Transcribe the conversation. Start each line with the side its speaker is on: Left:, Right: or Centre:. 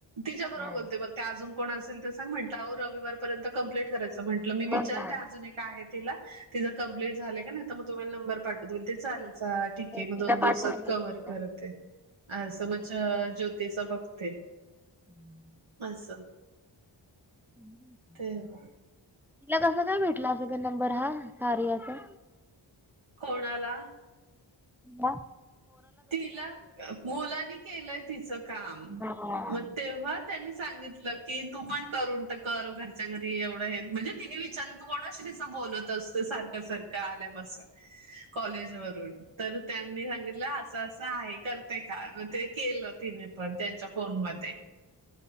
Right: तिच्या बरोबर
Centre: हम्म
Right: बोलते बर ते अजून कोण असेल तर सांग म्हटलं अहो रविवारपर्यंत कंप्लिट करायचं म्हटलं. म्हटलं मी
Centre: हो
Right: विचारते
Centre: ना
Right: अजुन एक आहे तिला, तिचं कॅप्लिट झालय काय नाही तर तुम्हांला नंबर पाठवं ते चालेल ठीक
Centre: ज्योतीला
Right: ये, मग दोन दिवसात
Centre: पाठवली
Right: कव्हर
Centre: होती ना
Right: करते अ समज ज्योतिष बघते.
Centre: <inaudible>
Right: आसं.
Centre: हं <inaudible>
Right: ते वा
Centre: तिला कसं काय भेटला असलं ग नंबर हा कार्याचा?
Right: कोणाला?
Centre: म.
Right: तिला मुलानी केलंय तिचं काम,
Centre: हा
Right: म तेव्हा त्यांनीच सांगितलं की, तू पण करून ट टाक कर घरच्या घरी एवढं म्हणजे तिनी विचारलं तू कोणाशी डिस बोलत असतय सारखं सारखं आल्यापासून कॉलेज वरून, तर त्यांनी सांगितलं आसं आसं आहे करते का? ते केलं तिने पण त्यांच्या फोन मध्ये